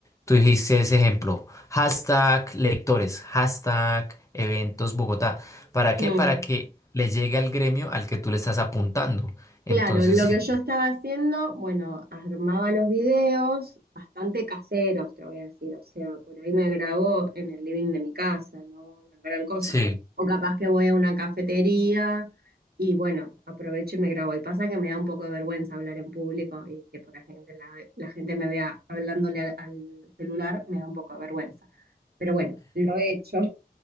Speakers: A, on the left; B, on the right.
A: tú dijiste ese ejemplo. Hashtag lectores, hashtag eventos Bogotá. ¿Para
B: mm,
A: qué? Para que le llegue al gremio al que tú le estás apuntando.
B: Claro,
A: Entonces,
B: lo
A: sí.
B: que yo estaba haciendo, bueno, armaba los videos bastante caseros, te voy a decir, o sea, por ahí me grabo en el living de mi casa, no una gran cosa.
A: sí.
B: O capaz que voy a una cafetería y bueno, aprovecho y me grabo. Y pasa que me da un poco de vergüenza hablar en público y que por la gente, la, la gente me vea hablándole al, al celular, me da un poco de vergüenza. Pero bueno, lo he hecho.